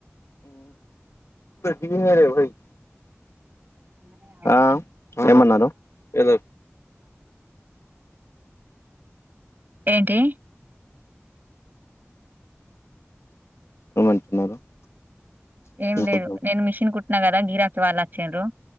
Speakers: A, on the left; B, on the right.
A: <unintelligible>
B: <unintelligible>
A: ఆ ఏమన్నారు ఏదో
B: ఏంటి
A: ఏమంటున్నారు
B: ఏం
A: ఇంకా
B: లేదు నేను మిషిన్ కుట్టినా కదా గీరాకి వాళ్ళు వచ్చింద్రు